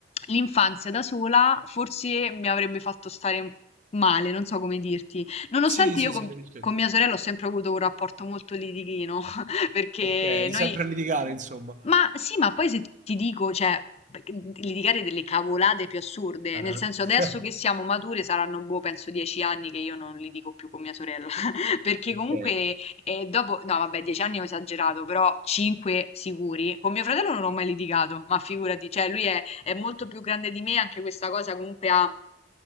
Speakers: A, on the left; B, on the right.
A: l'infanzia da sola forse mi avrebbe fatto stare male, non so come dirti. Nonostante
B: Sì, sì,
A: io con,
B: sì, capisco
A: con
B: che intendi.
A: mia sorella ho sempre avuto un rapporto molto litighino, <laughs> perché
B: Ok,
A: noi...
B: sempre a litigare, insomma.
A: Ma sì, ma poi se ti dico, cioè, perché litigare delle cavolate più assurde,
B: Ah-ah.
A: nel senso adesso
B: <laughs>
A: che siamo mature saranno, boh, penso dieci anni che io non litigo più con mia sorella, <laughs> perché
B: Ok,
A: comunque e dopo, no, vabbè, dieci anni ho esagerato, però cinque sicuri. Con mio fratello non ho mai litigato, ma figurati, cioè lui è, è molto più grande di me, anche questa cosa comunque ha...